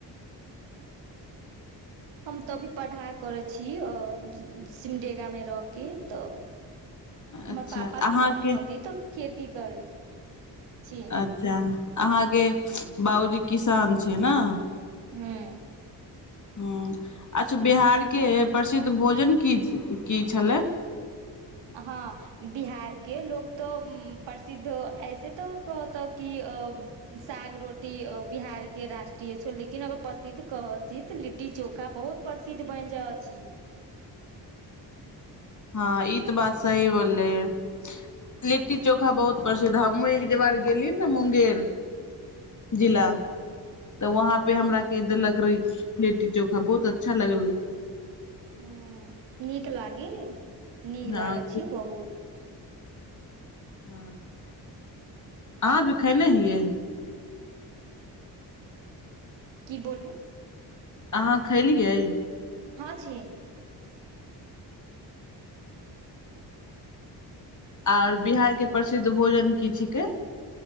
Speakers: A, on the right; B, on the left.
A: हम तऽभी पढ़ाइ करै छी सिमडेगामे रहहि कऽ तऽ। हमर
B: अच्छा
A: पापा
B: अहाँके
A: किसान होती तऽ खेती। की करै। छी
B: अच्छा। अहाँके बाबूजी किसान छै ने।
A: हूं
B: ह अच्छा बिहार के प्रसिद्ध भोजन की की छलै।
A: हँ बिहारके लोक तऽ प्रसिद्ध ऐसे तऽ कहतऽ कि साग रोटी बिहारके राष्ट्रीय छौ लेकिन अगर प्रसिद्ध कह छी तऽ लिट्टी चोखा बहुत प्रसिद्ध बनि जाइ छै।
B: हँ ई तऽ बात सही बोललै हे लिट्टी चोखा बहुत प्रसिद्ध हमहूँ एक जवार गेलियी ने मुंगेर जिला तऽ वहाँपे हमरा क देलक रहै लिट्टी चोखा बहुत अच्छा लगल।
A: हू नीक लागी। नीक
B: हँ
A: लागैत छी बहुत।
B: ह अहाँ भी खेने हियै।
A: की बोली।
B: अहाँ खलियै।
A: हँ छै।
B: आओर बिहार के प्रसिद्ध भोजन की छिकै।